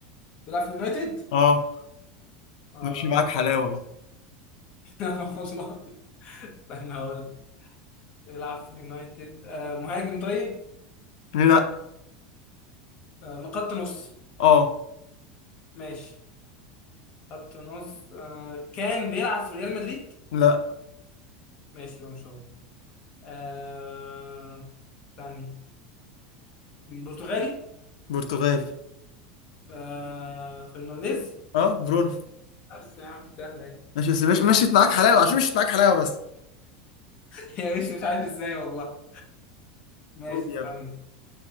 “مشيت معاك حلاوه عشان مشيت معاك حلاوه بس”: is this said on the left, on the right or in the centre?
Left